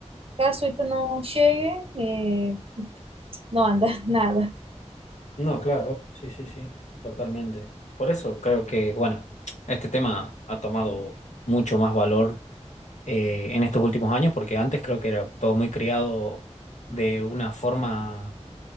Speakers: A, on the right; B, on the left.
A: Caso esto no llegue, eh, no anda <laughs> nada.
B: No, claro, sí, sí, sí, totalmente. Por eso creo que, bueno, este tema ha tomado mucho más valor eh, en estos últimos años, porque antes creo que era todo muy criado de una forma